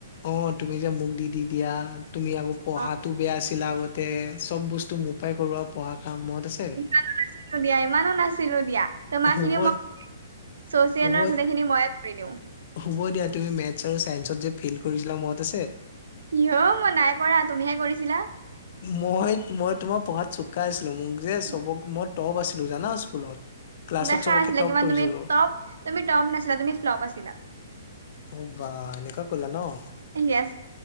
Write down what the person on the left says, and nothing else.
অ'! তুমি যে, মোক দি দি দিয়া, তুমি আকৌ, পঢ়াতো
বেয়া আছি ছিলা আগতে। চব বস্তু মোৰ পৰাই ক'ৰবা, পঢ়া কাম মনত আছে
হ'ব
হ'ব
হ'ব দিয়া, তুমি মেথছ আৰু ছাইন্সত যে ফেইল কৰিছিলা, মনত আছে?
মই মই তোমাৰ পঢ়াত চোকা আছিলোঁ। মোক যে
চবক, মই টপ আছিলোঁ, জানা স্কুলত! ক্লাছত
চবকে
টপ
কৰিছিলো
অ'! বা এনেকুৱা ক'লা ন'!